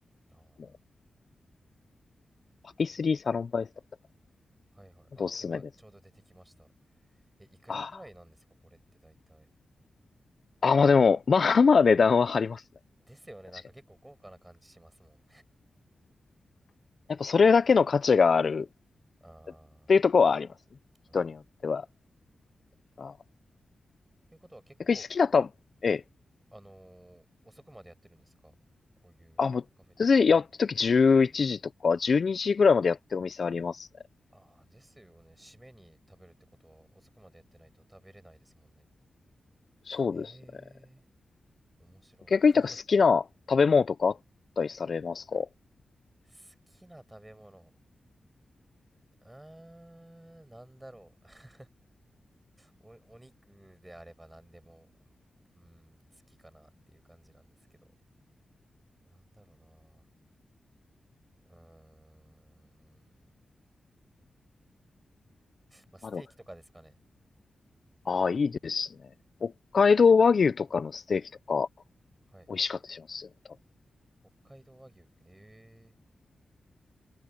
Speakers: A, on the right (about 15°); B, on the left (about 45°).
A: うん。あ
B: もうパティスリーサロンバイスだったか本
A: あ、はいはい。
B: ほんとおすすめです。
A: あ、今ちょうど出てきました。え、いくらぐらいなんですか、
B: あ
A: これって大体。
B: あ、あ、まあでも、まあまあ値段は張りますね。
A: ですよね。
B: 確かに。
A: なんか結構豪華な感じしますもん。
B: やっぱそれだけの価値がある
A: あ
B: っていうところはありますね。人によっては。
A: あ、はい。
B: あー
A: ということは結構、
B: 逆に好きだった、ええ。
A: あのー遅くまでやってるんですかこういうカフェって。
B: あ、もう、全然やってる時11時とか、12時ぐらいまでやってるお店ありますね。
A: ああ、ですよね。締めに食べるってことは遅くまでやってないと食べれないですもんね。
B: そうですね。
A: ええー、面白い。
B: 逆に、なんか好きな食べ物とかあったりされますか
A: <laughs> 好きな食べ物。うーん、なんだろう。<laughs> お、お肉であれば何でも、うん、好きかなっていう感じなんですけど。なんだろうな。うーん。まあ、ステーキとかですかね。
B: まあでも、ああ、いいですね。北海道和牛とかのステーキとか、
A: はい。
B: 美味しかったりしますよね、多分。
A: 北海道和牛。ええ